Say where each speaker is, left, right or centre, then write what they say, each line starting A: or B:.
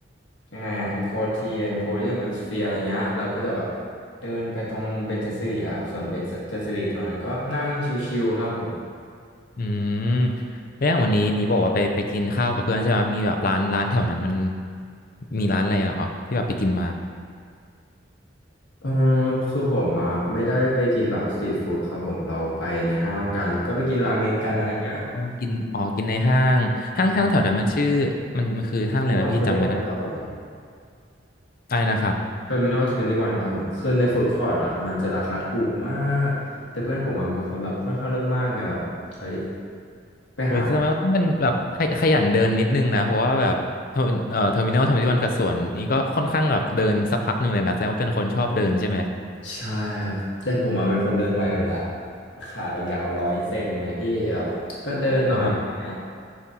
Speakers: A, on the left (about 70°); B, on the left (about 45°).
A: ยังไงอ่ะเอ็มโคทีเอ็มโพเรียมเอ็มสเฟียอะไรเงี้ยเราก็จะแบบเดินไปตรงเบญจสิริครับส่วนเบญจสิริตรงนั้นก็นั่งชิวๆครับผม
B: อืมแล้วอย่างวันนี้นี้บอกว่าไปไปกินข้าวกับเพื่อนใช่ไหมมีแบบร้านร้านแถวนั้นมันมีร้านอะไรเหรอที่แบบไปกินมา
A: เออคือผมอ่ะไม่ได้ไปกินแบบสตรีทฟู้ดครับผมเราไปในห้างกันก็ไปกินราเมงกันอะไรเงี้ย
B: อ๋ออ๋อกินอ๋อกินในห้างห้างห้างแถวนั้นมันชื่อ
A: ครับ
B: มันมันคือห้างอะไรนะพี่จำไม่ได้
A: เทอร์มินอลทเวนตี้วันครับผม
B: อะไรนะครับ
A: เทอร์มินอลทเวนตี้วันครับผมคือในฟู้ดคอร์ทอ่ะมันจะราคาถูกมากแต่เพื่อนผมมันเป็นคนแบบค่อนข้างเรื่องมากไงแบบเฮ้ยไปหา
B: เฮ้ยแสดงว่าต้องเป็นแบบขยขยันเดินนิดนึงนะเพราะว่าแบบเทอร์เอ่อเทอร์มินอลทำที่วันกับสวนนี้ก็ค่อนข้างแบบเดินสักพักหนึ่งเลยนะแสดงว่าเป็นคนชอบเดินใช่ไหม
A: ใช่ครับแต่ผมอ่ะเป็นคนเดินไวอยู่แล้วขาเรายาวร้อยเซนไงพี่แบบก็เดินหน่อยอะไรเงี้ย
B: โอ้โห